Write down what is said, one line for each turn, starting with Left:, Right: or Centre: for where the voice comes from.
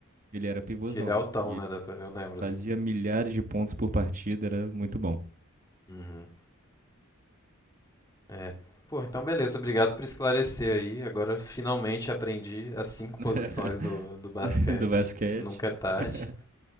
Right: Ele era pivôzão.
Left: Que ele é altão,
Right: E
Left: né?
Right: ele
Left: dá pra- Eu lembro, assim.
Right: fazia
Left: né?
Right: milhares de pontos por partida, era muito bom.
Left: Uhum. É. Pô, então beleza, obrigado por esclarecer aí. Agora finalmente aprendi as cinco
Right: <laughs>
Left: posições do, do basquete.
Right: Do basquete.
Left: Nunca é tarde.
Right: <laughs>